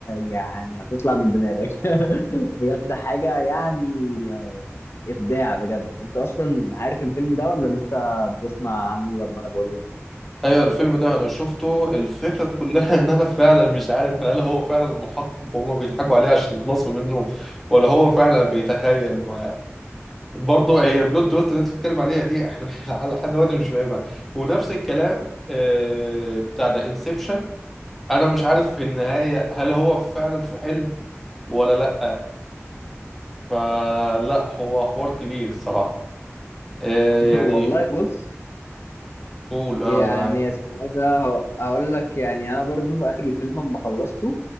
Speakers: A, on the left; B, in the centre.
A: يعني هتطلع من دماغك <laughs> بجد حاجه يعني آه، ابداع بجد انت اصلا عارف الفيلم ده ولا لسه بتسمع عنه لما انا بقول لك
B: ايوه الفيلم ده انا شفته الفكره كلها <laughs> ان انا فعلا مش عارف هل هو فعلا محقق وهما بيضحكوا عليه عشان يخلصوا منه ولا هو فعلا بيتخيل معاه برضه هي البلوت تويست اللي انت بتتكلم عليها دي احنا <laughs> لحد دلوقتي مش فاهمها ونفس الكلام آه، بتاع ده انسبشن انا مش عارف في النهايه هل هو فعلا في حلم ولا لا فلا هو حوار كبير الصراحه آه،
A: <laughs>
B: يعني
A: والله بص
B: قول اه
A: يعني
B: أنا معاك
A: اسمه ايه ده هو- هقول لك يعني انا برضو في اخر الفيلم لما خلصته